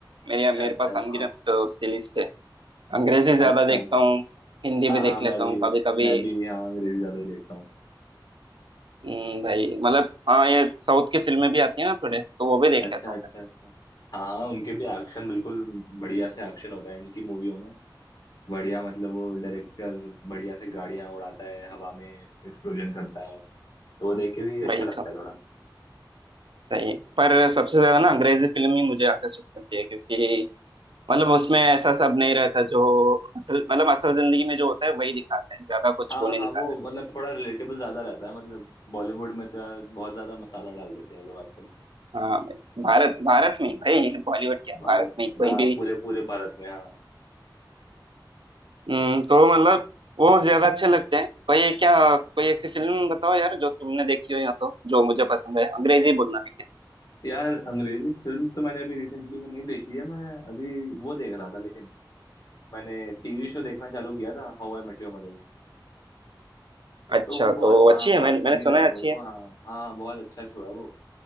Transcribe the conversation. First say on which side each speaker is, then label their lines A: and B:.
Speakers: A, on the right; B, on the left.
A: मेरे
B: अच्छा
A: मेरे
B: अच्छा
A: पास
B: अच्छा
A: अनगिनत तो उसकी लिस्ट है अंग्रेजी ज्यादा
B: अच्छा
A: देखता हूँ हिंदी
B: हाँ
A: भी
B: हाँ
A: देख
B: मैं
A: लेता
B: भी
A: हूँ कभी कभी
B: मैं भी यहाँ अंग्रेजी ज्यादा ही देखता हूँ
A: हम्म, भाई मतलब हाँ ये साउथ की फिल्में भी आती है ना थोड़े तो वो भी देख
B: अच्छा
A: लेता हूँ
B: अच्छा
A: मैं
B: अच्छा हाँ हाँ उनके भी एक्शन बिल्कुल बढ़िया से एक्शन होता है इनकी मूवियों में बढ़िया मतलब वो डायरेक्टर बढ़िया से गाड़ियां उड़ाता है हवा में एक्सप्लोजन करता है तो वो देख के भी
A: वही
B: अच्छा लगता
A: तो
B: है थोड़ा
A: सही है। पर सबसे ज्यादा ना अंग्रेजी फिल्म ही मुझे आकर्षित करती है क्योंकि मतलब उसमें ऐसा सब नहीं रहता जो असल मतलब असल जिंदगी में जो होता है वही दिखाते हैं ज्यादा कुछ
B: हाँ
A: वो नहीं
B: हाँ
A: दिखाते
B: वो मतलब थोड़ा रिलेटेबल ज्यादा रहता है मतलब बॉलीवुड में तो यार बहुत ज्यादा मसाला डाल देते हैं लोग आजकल
A: हाँ भाई भारत भारत में ही भाई बॉलीवुड क्या
B: भारत
A: भारत
B: में
A: में ही कोई
B: हाँ
A: भी
B: पूरे पूरे भारत में हाँ
A: हम्म, तो मतलब वो ज्यादा अच्छे लगते हैं कोई क्या कोई ऐसी फिल्म बताओ यार जो तुमने देखी हो या तो जो मुझे पसंद है अंग्रेजी बोलना लेकिन
B: यार अंग्रेजी फिल्म तो मैंने अभी रिसेंटली में नहीं देखी है मैं अभी वो देख रहा था लेकिन मैंने टीवी शो देखना चालू किया था how I met your mother
A: अच्छा
B: तो वो बहुत
A: तो
B: हाँ
A: अच्छी है
B: बहुत
A: मैंने मैंने
B: फनी
A: सुना
B: लगा
A: है
B: मेरे
A: अच्छी
B: को
A: है
B: हाँ हाँ बहुत अच्छा शो है वो